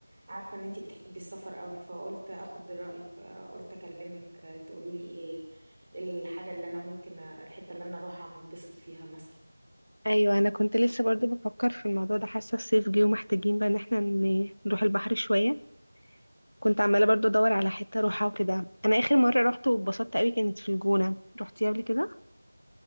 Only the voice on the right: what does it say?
عارفة ان انتي بتحبي السفر قوي فقلت اخد رأيك فقلت اكلمك آه، تقوليلي ايه إيه الحاجة اللي انا ممكن آه، الحتة اللي انا اروحها انبسط فيها مثلا